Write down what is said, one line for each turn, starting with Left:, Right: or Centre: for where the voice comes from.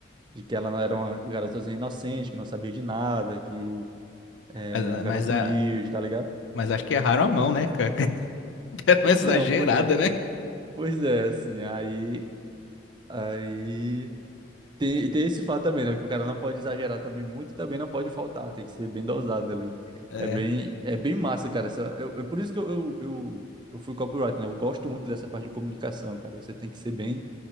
Right: De que ela não era uma garotazinha inocente, que não sabia de nada, que é
Left: Mas, a-
Right: uma garota
Left: mas, a-
Right: humilde, tá ligado?
Left: mas acho que erraram a mão, né, cara? <laughs> Deram uma
Right: Então,
Left: exagerada,
Right: pois é.
Left: né?
Right: Pois é, assim, aí, aí tem, tem esse fato também, né? Que o cara não pode exagerar também muito e também não pode faltar, tem que ser bem dosado ali.
Left: É.
Right: É bem, é bem massa, cara. Essa, eu, eu- por isso que eu, eu, eu, eu fui copyright, né? Eu gosto muito dessa parte de comunicação, cara. Você tem que ser bem,